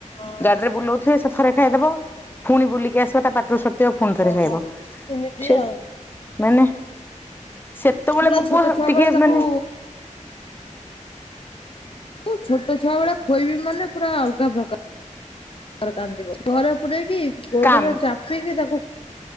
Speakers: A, on the left; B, on the left.
A: ଓହୋ
B: ଗାଡିରେ ବୁଲଉଥିବେ ସେ ଥରେ। ଖାଇଦବ ପୁଣି ବୁଲିକି ଆସିବା ତା ପାଟରୁ ସ ପୁଣି ଥରେ
A: ଓହୋ
B: ଖାଇବ
A: ଏମିତି
B: ସେ
A: ଆଉ।
B: ମାନେ। ସେତେବେଳେ
A: ପୁରା
B: ମୋ
A: ଛୋଟ
B: ପୁଅ
A: ଛୁଆ
B: ଟିକେ
A: ବେଳେ ତାକୁ।
B: ମାନେ
A: ତୁ ଛୋଟ ଛୁଆ ବେଳେ। ଖୋଇବି ମାନେ ପୁରା ଅଲଗା ପ୍ରକାର। ଘରେ କାନ୍ଦିବ ଘରେ ପୂରେଇକି ଗୋଡରେ
B: କାନ୍ଦ
A: ଚାପିକି ତାକୁ।